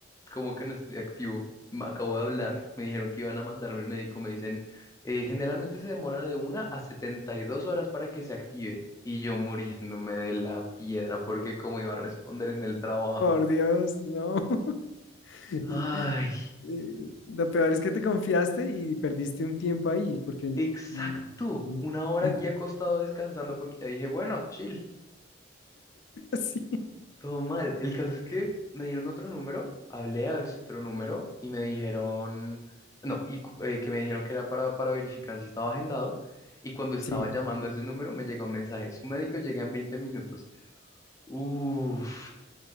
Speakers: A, on the left (about 15°); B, on the left (about 70°).
A: ¿cómo que no estoy activo? Me acabo de hablar, me dijeron que iban a mandarme el médico, me dicen, "Eh, generalmente se demora de una a 72 horas para que se active. Y yo muriéndome de la piedra porque cómo iba a responder en el trabajo.
B: Por Dios, no. <laughs>
A: Ay.
B: eh, lo peor es que te confiaste y perdiste un tiempo ahí, porque...
A: Exacto,
B: mm, mm,
A: una hora
B: <laughs>
A: aquí acostado descansando porque ya dije, bueno, chill,
B: Sí,
A: todo mal. El caso es que me dieron otro número, hablé a ese otro número y me dijeron, no, y cu- eh, que me dijeron que era para, para verificar si estaba agendado. Y cuando estaba
B: sí.
A: llamando a ese número me llegó un mensaje, su médico llega en veinte minutos. Uf,